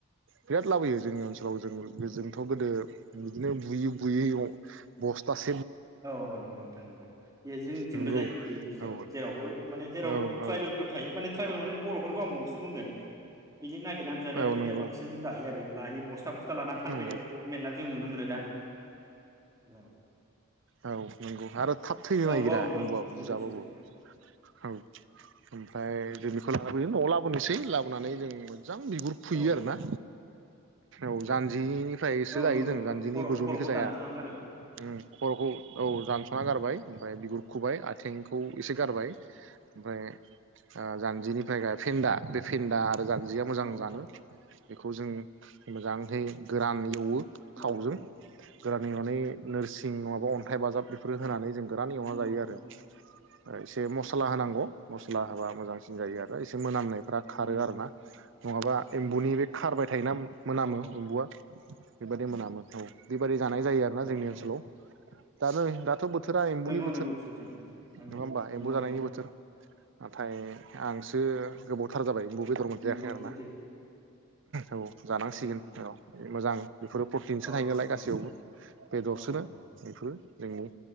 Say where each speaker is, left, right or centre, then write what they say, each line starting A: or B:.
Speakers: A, on the right; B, on the right.
A: बिराद लाबोयो जोंनि ओनसोलाव जों-जोंथ गोदो बिदिनो बुयो। बुयै अह बस्थास
B: औ नंगौ नोंथां नंगौ बे जोंनिथिंबो
A: नंगौ
B: जायो बे बुस्थुआ
A: औ
B: जेरावबो माने जेराव
A: औ औ
B: ट्राइबेलफोर थायो माने ट्राइबेल माने बरफोरखौ आं बुंस बुंगोन। बिदि नागिरनानै जानायाव
A: औ
B: जोंनिया
A: नंगौ
B: बांसिन दायो आरो लायो बस बस्था बस्था लानानै फानफैनायफोरखौ
A: नंगौ
B: मेरला जों नुनो मोनो दा। औ।
A: औ नंगौ आरो थाब थैनो
B: औ
A: नागिरा
B: औ नोंथां
A: एमबुआ बुजाबाबो
B: सैथो सैथो नोंथां
A: औ ओमफ्राय जों बेखौ लाना आरो नआव लाबोनोसै
B: उम
A: लाबोनानै जों मोजां बिगुर फुयो
B: औ नोंथां
A: आर ना। औ जान्जिनिफ निफ्रायसो
B: औ
A: जायो
B: नंगौ
A: जों
B: नोंथां
A: जानजिनि
B: खर'
A: गोजौनिखौ
B: खर'खौ
A: जाया।
B: दानस'नांगौ आरो
A: उम खरखौ औ दानसना
B: उम
A: गारबाय ओमफ्राय बिगुर खुबाय आथिंखौ एसे
B: औ नोंथां
A: गारबाय। ओमफ्राय ओ जान्जिनिफ्राय गाय फेन्दा बे फेन्दा मोजां जिया मोजां
B: औ नोंथां
A: जानो। बेखौ जों मोजांहै गोरान एवो। थावजों
B: नंगौ नोंथां।
A: गोरान एवनानै नोरसिं नङाबा अन्थाइ बाजाब बेफोर होनानै जों गोरान एवना
B: नंगौ
A: जायो
B: नोंथां
A: आरो। ओइ एसे मस्ला
B: औ
A: होनांगौ
B: नोंथां
A: मस्ला होबा मोजांसिन
B: नंगौ
A: जायो आरो एसे मोनामनायफ्रा खारो
B: नंगौ
A: आरो
B: नोंथां
A: ना नङाबा एम्बुनि बे खारबाय थायोना मोनामो
B: औ नोंथां
A: अम्बुआ बेबायदि मोनामो औ बेबादि जानाय
B: औ
A: जायो आरो ना
B: औ
A: जोंनि
B: नोंथां
A: ओन सोलाव दा नै हादान थ' बोथोरा एम्बुनि
B: नंगौ
A: बोथोर
B: नंगौ सैथो नोंथां नंगौ
A: नङा होमबा एम्बु
B: नंगौ
A: जानायनि
B: नोंथां
A: बोथोर नाथाय आंसो गोबावथार जाबाय। बेदर मोनजायाखै
B: नंगौ
A: आरोना
B: सैथो सैथो
A: औ जानांसिगोन
B: औ नंगौ
A: औ
B: नोंथां
A: मोजां बेफोरो प्रटिनसो
B: औ
A: थायो
B: नोंथां
A: नालाय गासैयावबो।
B: औ नोंथां औ
A: बेदरसो
B: औ नोंथां
A: रा
B: औ
A: बेफोर जोंनि